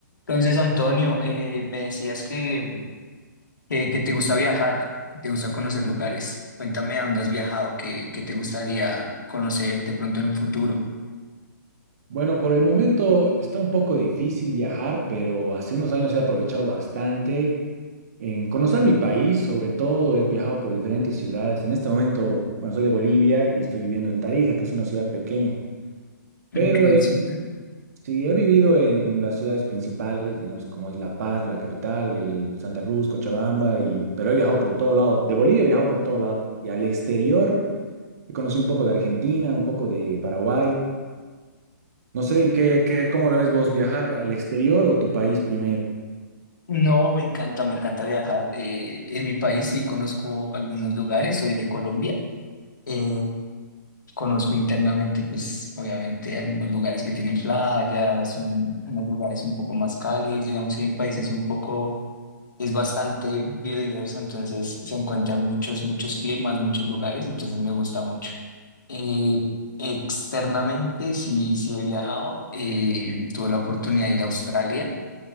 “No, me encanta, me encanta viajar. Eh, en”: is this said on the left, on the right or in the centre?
Left